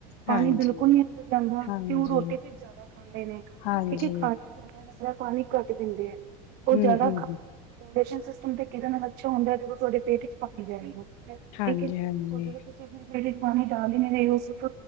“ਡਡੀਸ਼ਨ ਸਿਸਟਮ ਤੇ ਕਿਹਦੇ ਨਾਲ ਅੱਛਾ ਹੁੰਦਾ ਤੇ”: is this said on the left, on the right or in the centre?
Right